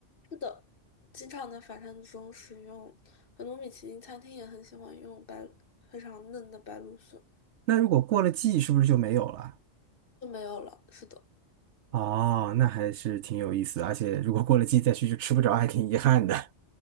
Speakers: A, on the left; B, on the right.
A: 的，经常的法餐中使用，很多米其林餐厅也很喜欢用白非常嫩的白芦笋，
B: 那如果过了季，是不是就没有了？
A: 就没有了。是的，
B: 哦，那还是挺有意思的而且如果过了季再去就吃不着，还挺遗憾的。